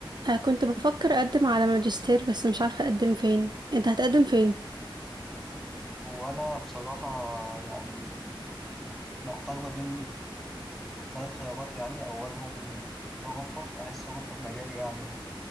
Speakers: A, on the right; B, in the centre.
A: آه، كنت بفكر اقدم على ماجستير بس مش عارفه اقدم فين انت هتقدم فين
B: هو أنا بصراحة يعني محتار ما بين ثلاث خيارات يعني أولهم أوروبا بحس أوروبا في مجالي يعني